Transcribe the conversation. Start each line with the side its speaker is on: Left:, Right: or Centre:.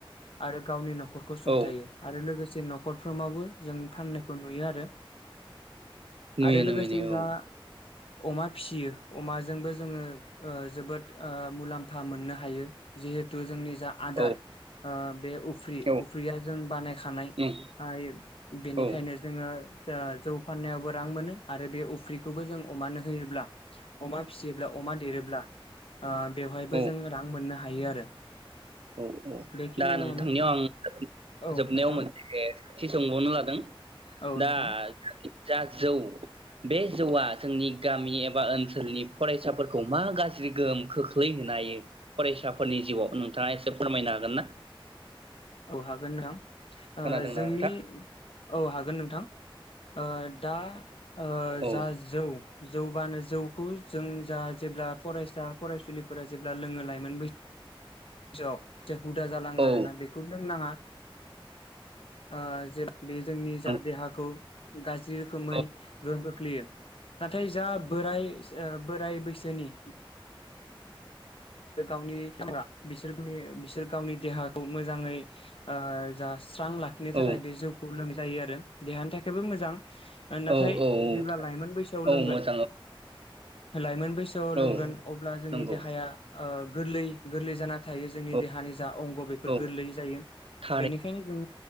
Left: आरो गावनि नखरखौ सुंथायो
Right: औ
Left: आरो लोगोसे। नखर फ्रोमावबो जों फाननायखौ नुयो आरो
Right: नुयो
Left: आरो लोगोसे
Right: नुयो नुयो
Left: जा
Right: औ
Left: अमा फिसियो अमाजोंबो जोङो ओ जोबोद ओ मुलाम्फा मोननो हायो जिहेथु जोंनि जा आदार
Right: औ
Left: ओ बे उफ्रि
Right: औ
Left: उफ्रिया जों बानायखानाय
Right: उम
Left: ओइब बेनिखायनो
Right: औ
Left: जोङो जा जौ फाननायावबो रां मोनो आरो बे उफ्रा खौबो जों अमानो होयोब्ला अमा फिसियोब्ला अमा देरोब्ला ओ बेवहायबो
Right: औ
Left: जों रां मोननो हायो आरो
Right: औ औ
Left: बेखिनियानो
Right: दा नोंथांनियाव आं
Left: औ
Right: जोबनायाव
Left: नोंथां
Right: मोनसे सोंथि सोंबावनो लादों
Left: औ
Right: दा।
Left: नोंथां
Right: जा जौ बे जौआ जोंनि गामि एबा ओनसोलनि फरायसाफोरखौ मा गाज्रि गोहोम खोख्लैहोनो हायो फरायसाफोरनि जिउआव नों थाङा इसे फोरमायनो हागोन ना।
Left: औ हागोन नोंथां।
Right: खोनादोंना
Left: ओ जोंनि
Right: नोंथां
Left: औ हागोन नोंथां। ओ दा ओ
Right: औ
Left: जा जौ। जौबानो जौखौ जों जा जेब्ला फरायसा फरायसुलि फोरा जेब्ला लोङो लायोमोन बैस साव <unintelligible> हुदा जालाङो
Right: औ
Left: आरोना बेखौ लोंनाङा। ओ जे बे जोंनि जा
Right: औ
Left: देहाखौ गाज जि रोखोमै
Right: औ
Left: गोहोम खोख्लैयो। नाथायस जा बोराय ओ बोराइ बैसोनि ओ गावनि सेंग्रा बिसोर मि बिसोर गावनि देहाखौ मोजाङै ओ जास स्रां लाखिनो
Right: औ
Left: थाखाय बे जौखौ लोंनाय जायो आरो देहानि थाखायबो मोजां। ओ नाथाय
Right: औ औ
Left: जेब्ला
Right: थारैनो
Left: लाइमोन बैसोआव
Right: औ
Left: लोंगोन
Right: मोजां औ
Left: लाइमोन बैसोआव लोंगोन
Right: औ
Left: अब्ला जोंनि
Right: नंगौ
Left: देहाया ओ गोरलै गोरलै जाना थायो जोंनि
Right: औ
Left: देहानि जा अंग बेफोर
Right: औ
Left: गोरलै जायो
Right: थारै
Left: बेनिखायनो जों